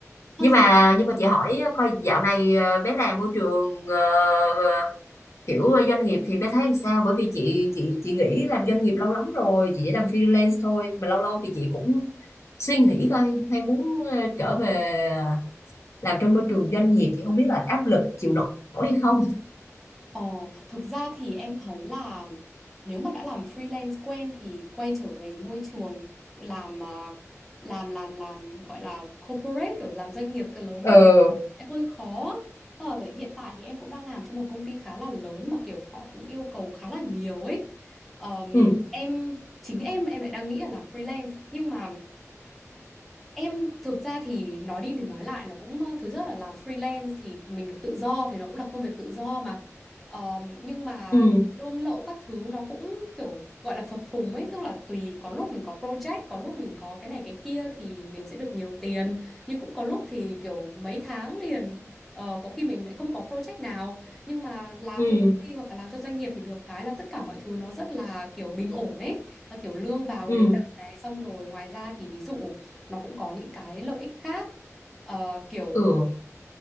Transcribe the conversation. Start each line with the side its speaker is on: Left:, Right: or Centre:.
Centre: Sao?
Left: nhưng mà nhưng mà chị hỏi coi dạo này ờ, bé làm môi trường ờ, ờ, kiểu ờ, doanh nghiệp thì bé thấy làm sao bởi vì chị chị chị nghỉ làm doanh nghiệp lâu lắm rồi chị chỉ làm freelance thôi mà lâu lâu thì chị cũng suy nghĩ coi hay muốn ờ, trở về ờ, làm trong môi trường doanh nghiệp thì không biết là áp lực chịu nổi hay không
Centre: Ờ, thực ra thì em thấy là nếu mà đã làm freelance quen thì quay trở về môi trường làm ờ, làm làm làm gọi là corporate kiểu làm doanh nghiệp cỡ lớn
Left: ờ
Centre: các sẽ hơi khó. Ờ, hiện tại thì em cũng đang làm cho một công ty khá là lớn mà kiểu họ cũng yêu cầu khá là nhiều ấy. Ờm,
Left: ừ
Centre: em chính em em lại đang nghĩ là làm freelance nhưng mà Em thực ra thì nói đi thì nói lại nó cũng ờ, thứ nhất là làm freelance thì mình được tự do thì nó cũng là công việc tự do mà Ờ, nhưng mà
Left: ừ
Centre: lương lậu các thứ nó cũng kiểu gọi là phập phùng ấy tức là tùy có lúc mình có project có lúc mình có cái này cái kia thì mình sẽ được nhiều tiền nhưng cũng có lúc thì kiểu mấy tháng liền ờ, có khi mình lại không có project nào nhưng mà làm
Left: ừ
Centre: cho công ty hoặc là làm cho doanh nghiệp thì được cái là tất cả mọi thứ nó rất là kiểu bình ổn ấy Ờ, kiểu lương vào
Left: ừ
Centre: đều đặn này xong rồi ngoài ra thì ví dụ nó cũng có những cái lợi ích khác Ờ, kiểu
Left: ừ